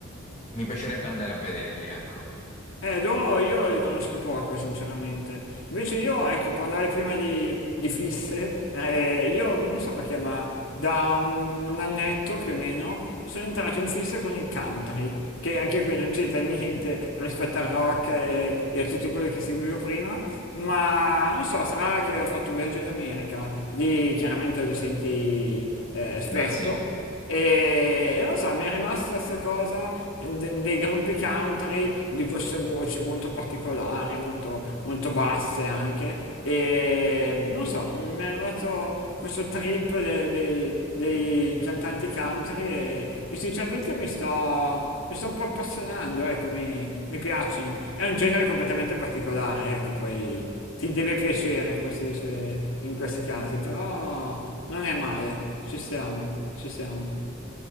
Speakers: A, on the left; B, on the left.
A: mi piacerebbe andare a vederli, ecco.
B: Eh, loro io li conosco poco, sinceramente. Invece io, ecco, parlare prima di, di fisse, <laughs> eh, io non so perché, ma da un, un annetto più o meno sono entrato in fisse con il country, che anche qui non c'entra niente rispetto al rock e, e a tutto quello che seguivo prima, ma non so, sarà che ho fatto un viaggio in America, lì chiaramente lo senti eh, spesso.
A: Beh, sì.
B: E non lo so, mi è rimasta questa cosa de- dei gruppi country, di queste voci molto particolari, molto, molto basse anche. E non lo so, mi è rimasto questo trip de- dei, dei cantanti country e, e sinceramente mi sto, mi sto un po' appassionando, ecco, mi, mi piacciono. È un genere completamente particolare, ecco, poi ti deve piacere, come si dice in questi casi, però non è male. Ci siamo, ci siamo.